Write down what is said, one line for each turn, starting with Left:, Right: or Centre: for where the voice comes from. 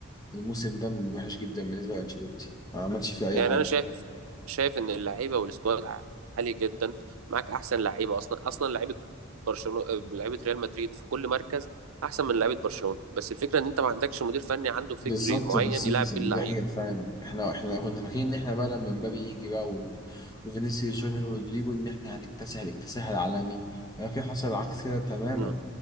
Left: الموسم ده وحش جدا بالنسبة لأنشيلوتي ما عملش فيه أي
Right: يعني
Left: حاجة
Right: انا شايف شايف ان اللعيبه والسكواد عالي جدا معاك احسن لعيبه اصلا اصلا لعيبه برشلونه لعيبه ريال مدريد في كل مركز احسن من لعيبه برشلونه بس الفكره ان انت ما عندكش مدير فني عنده فكر
Left: بالظبط
Right: معين
Left: بالظبط
Right: يلعب
Left: دي
Right: بيه اللعيبه
Left: حقيقة فعلا احنا احنا كنا فاكرين ان احنا بقى لما مبابي يجي بقى و- وفينيسيوس جونيور ورودريجو ان احنا هنكتسح الاكتساح العالمي ولكن حصل العكس كده تماما
Right: مم.